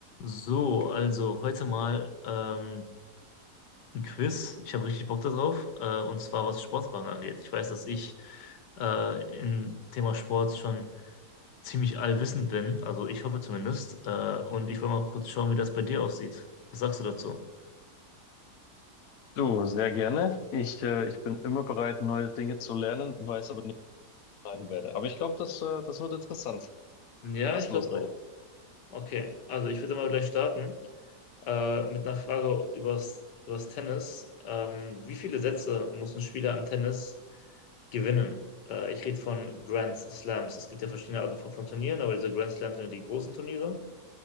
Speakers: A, on the left (about 85°); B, on the left (about 65°).
A: So, also heute mal ähm, ein Quiz. Ich habe richtig Bock darauf. Äh, und zwar was Sportfragen angeht. Ich weiß, dass ich äh, im Thema Sport schon ziemlich allwissend bin. Also ich hoffe zumindest. Äh, und ich wollte mal kurz schauen, wie das bei dir aussieht. Was sagst du dazu?
B: Du, sehr gerne. Ich, äh, ich bin immer bereit, neue Dinge zu lernen, weiß aber nicht, was ich lernen werde. Aber ich glaube, das, äh, das wird interessant.
A: Ja,
B: Lass
A: ich
B: loslegen.
A: glaube auch. Okay, also ich würde mal gleich starten. Äh, mit einer Frage übers, übers Tennis. Ähm, wie viele Sätze muss ein Spieler im Tennis gewinnen? Äh, ich rede von Grand Slams. Es gibt ja verschiedene Arten von, von Turnieren, aber diese Grand Slams sind ja die großen Turniere.